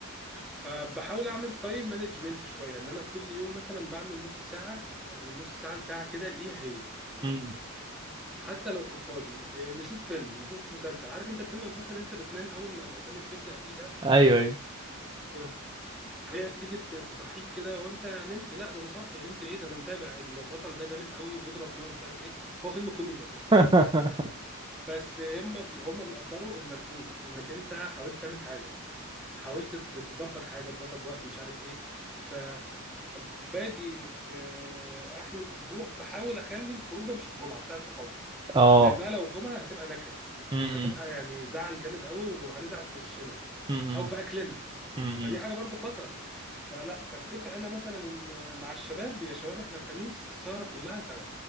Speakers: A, in the centre; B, on the right.
A: فبحاول اعمل تايم مانجمنت شويه ان انا كل يوم مثلا بعمل نص ساعه آه، من نص ساعه لساعه كده ليها هي
B: م.
A: حتى لو في الفاضي آه، نشوف فيلم نشوف مسلسل عارف انت الفيلم او المسلسل انت بتنام اول ما الاسامي بتبدا فيه
B: ايوه ايوه
A: ده هي تيجي ت- تصحيك كده وانت نمت لا ده انا صاحي نمت ايه ده انا متابع البطل ده جامد قوي وبيضرب نار مش عارف ايه هو فيلم كوميدي اساسا
B: <laughs>
A: بس هم بي هم بيقدروا المجهود انك انت حاولت تعمل حاجه حاولت ت- تظبط حاجه تظبط وقت مش عارف ايه فباجي في اخر الاسبوع بحاول اخلي الخروجه مش الجمعه بتاعت صحابي
B: اه
A: لانها لو الجمعه هتبقى نكد
B: م-
A: هتبقى
B: م-
A: يعني زعل جامد قوي وهنزعل في وشنا
B: م-
A: او في اكلنا
B: م- م-
A: فدي حاجه برضو خطر فلا بتفق انا مثلا ان مع الشباب يا شباب احنا الخميس السهره كلها سوا